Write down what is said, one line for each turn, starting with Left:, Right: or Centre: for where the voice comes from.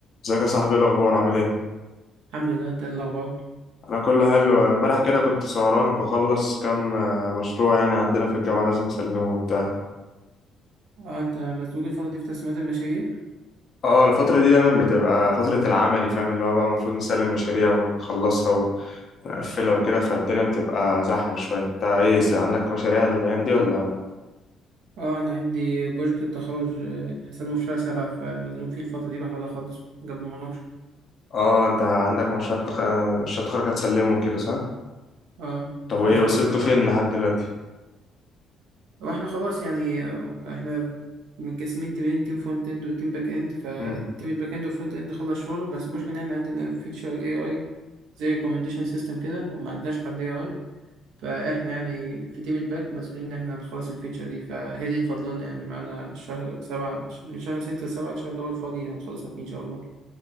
Left: ازيك يا صاحبي ايه الاخبار عامل ايه
Right: الحمد لله ده الأخبار
Left: انا كله حلو امبارح كده كنت سهران بخلص كام آه، مشروع يعني عندنا في الجامعه لازم اسلمه وبتاع
Right: اه انت مزنوق الفترة دي في تسليمات المشاريع
Left: اه الفتره دي دايما بتبقى فتره العملي فاهم اللي هو بقى المفروض نسلم مشاريع ونخلصها و- ونقفلها وكده فالدنيا بتبقى زحمه شويه انت ايه س- عندك مشاريع الايام دي ولا
Right: اه انا عندي بروجكت التخرج آه، هسلمه في شهر سبعة فمزنوق فيه الفترة دي بحاول اخلصه قبل المناقشة
Left: اه انت عندك مشروع تخ... مشروع تخرج هتسلمه كده صح
Right: اه
Left: طب
Right: شهر
Left: وايه
Right: سبعة
Left: وصلتوا
Right: ان شاء الله
Left: فين لحد دلوقتي
Right: واحنا خلاص يعني آه، احنا متقسمين تيمين تيم فرونت اند وتيم باك اند فتيم
Left: مم.
Right: الباك اند والفرونت اند خلص شغله بس المشكلة ان احنا عندنا فيتشر اي اي زي ريكومنديشن سيستم كده وما عندناش حد اي اي فاحنا يعني في تيم الباك مسؤولين ان احنا نخلص الفيتشر دي فهي دي اللي فاضلنا يعني معانا شهر سبعة من شهر ستة لسبعة الشهر ده هو الفاضي هنخلصها فيه ان شاء الله